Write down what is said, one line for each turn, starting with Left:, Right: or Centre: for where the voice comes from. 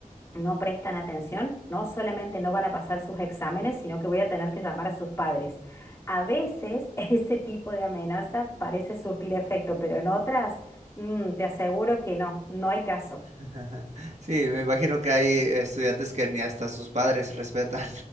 Left: no prestan atención, no solamente no van a pasar sus exámenes, sino que voy a tener que llamar a sus padres. A veces <laughs> ese tipo de amenaza parece surtir efecto, pero en otras, mm, te aseguro que no, no hay caso.
Right: <laughs> Sí, me imagino que hay estudiantes que ni hasta sus padres <laughs> respetan.